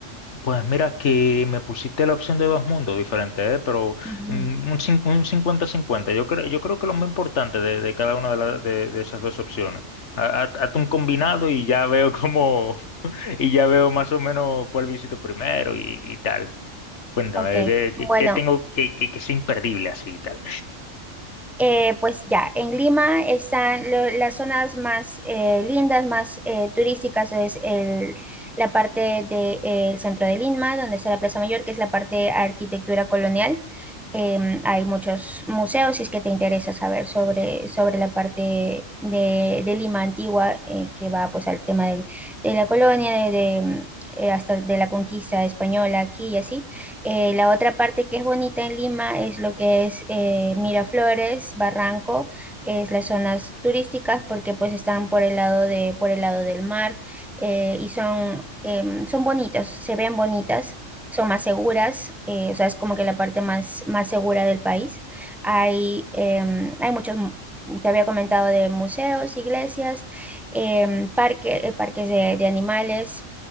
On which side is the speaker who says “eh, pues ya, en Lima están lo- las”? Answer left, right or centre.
Centre